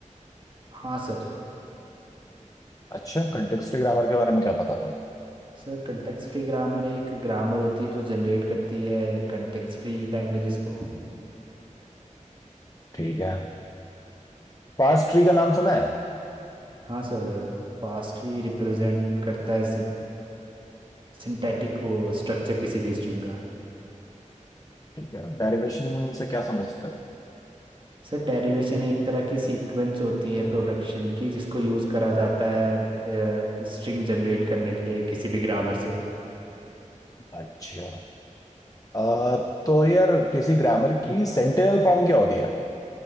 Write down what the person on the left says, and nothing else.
अच्छा कंटेक्स्ट फ्री ग्रामर के बारे में क्या पता तुम्हें
ठीक है पास्ट ट्री का नाम सुना है
ठीक है डेरिवेशन से क्या समझते हो
अच्छा अ, तो यार किसी ग्रामर की सेंटेनल फॉर्म क्या होती है